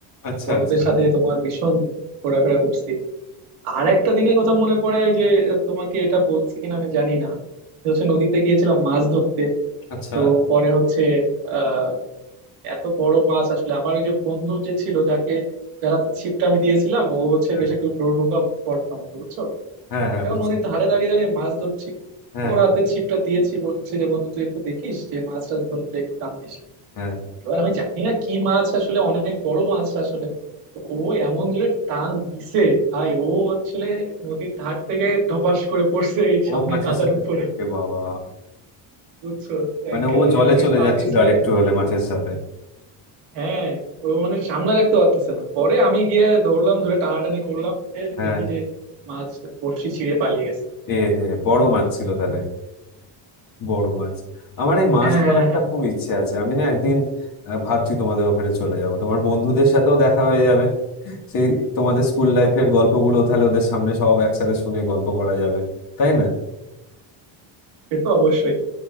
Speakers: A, on the left; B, on the right.
A: আচ্ছা
B: বন্ধুদের
A: আচ্ছা
B: সাথে তোমার ভীষণ ঘোরাফেরা করছি আর একটা দিনের কথা মনে পড়ে ওই যে আহ, তোমাকে এটা বলছি কিনা আমি জানি না যে হচ্ছে নদীতে গিয়েছিলাম মাছ ধরতে
A: আচ্ছা
B: তো পরে হচ্ছে আহ এত বড় মাছ আসলে আমার ওই যে বন্ধু যে ছিল যাকে যারা তো ছিপটা আমি দিয়েছিলাম ও হচ্ছে
A: হ্যাঁ
B: বেশ একটু রোগা পড়তাম মতো বুঝছো
A: হ্যাঁ হ্যাঁ
B: এখন
A: বুঝছি
B: নদীর ধারে দাঁড়িয়ে দাঁড়িয়ে মাছ ধরছি
A: হ্যাঁ
B: ওর হাতে ছিপটা দিয়েছি বলছে যে বন্ধু তুই একটু দেখিস যে মাছ টাছ ধরলে একটু টান দিস
A: হ্যাঁ
B: এবার আমি জানি না কি মাছ আসলে অনেক বড় মাছ আসলে তো ও এমন জোরে টান দিছে ভাই ও আসলে নদীর ধার থেকে ধপাস করে পড়ছে এই সামনে
A: ও মাছের
B: কাদার
A: সাথে
B: উপরে
A: এ বাবা
B: বুঝছো
A: মানে
B: একেবারে
A: ও জলে
B: মানে
A: চলে
B: পা
A: যাচ্ছিল
B: পিছলে
A: আর একটু হলে মাছের সাথে
B: হ্যাঁ ও মানে সামনে রাখতে পারতেছে না পরে আমি গিয়ে ধরলাম ধরে টানাটানি করলাম এ
A: হ্যাঁ
B: দেখি যে মাছ বড়শি ছিঁড়ে পালিয়ে গেছে
A: এ হে বড় মাছ ছিল তাহলে বড় মাছ আমার এই মাছ
B: হ্যাঁ
A: ধরার
B: হ্যাঁ
A: একটা
B: হ্যাঁ
A: খুব ইচ্ছে আছে আমি না একদিন আহ, ভাবছি তোমাদের ওখানে চলে যাব তোমার বন্ধুদের সাথেও দেখা হয়ে যাবে সেই তোমাদের স্কুল লাইফের গল্পগুলো তাহলে ওদের সামনে সব একসাথে শুনে গল্প করা যাবে তাই না
B: সে তো অবশ্যই